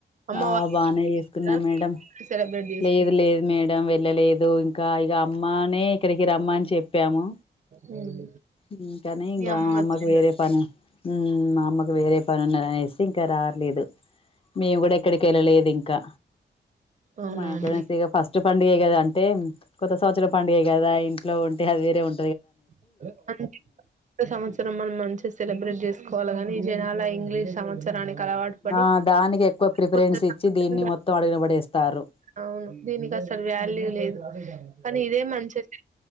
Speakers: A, on the right (about 40°); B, on the left (about 30°).
A: అమ్మ
B: ఆ
A: వాళ్ళు
B: బానే యేస్కున్నా
A: ఇస్తారా
B: మేడం.
A: మీరే సెలబ్రేట్ చేసుకు
B: లేదు లేదు మేడం వెళ్ళలేదూ ఇంకా ఇగ అమ్మానే ఇక్కడికి రమ్మని చెప్యాము
A: ఉమ్
B: అందుకనే
A: మీ
B: ఇగ
A: అమ్మ
B: అమ్మకు
A: వచ్చిందా
B: వేరే
A: అండి
B: పని మ్మ్ మా అమ్మకు వేరే పనున్నదనేసి ఇంక రాట్లేదు మేము కూడా ఎక్కడికెళ్ళలేదు ఇంకా.
A: అవునా
B: మా ఇంట్లోనే
A: అండి
B: చేస్త ఇగ ఫస్ట్ పండుగ గదా అంటే కొత్త సంవత్సరం పండుగే గదా ఇంట్లో ఉంటే అది వేరే ఉం
A: <unintelligible> కొత్త సంవత్సరం మరి మంచిగ సెలబ్రేట్ జేస్ <unintelligible> ఈ జనాల ఇంగ్లీష్ సంవత్సరానికి అలవాటు పడి
B: ఆ దానికెక్కువ ప్రిఫరెన్స్
A: కొత్త సంవత్సరం
B: ఇచ్చి దీన్ని మొత్తం అడుగునబడేస్తార్రు.
A: అవును దీనికి అసలు వాల్యూ లేదు. కానీ ఇదే మంచిది